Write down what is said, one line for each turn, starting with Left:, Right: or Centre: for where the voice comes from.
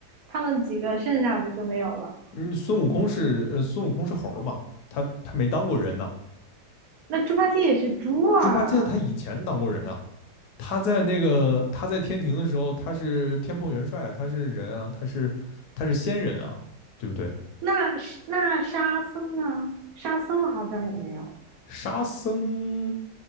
Right: 他们几个剩下的就没有了。
Left: 嗯，孙悟空是呃孙悟空是猴儿嘛，他他没当过人呢。
Right: 那猪八戒也是猪啊，
Left: 猪八戒他以前当过人啊，他在那个他在天庭的时候，他是天蓬元帅啊，他是人啊，他是他是仙人啊，对不对？
Right: 那是那沙僧呢？沙僧好像也没有，
Left: 沙僧，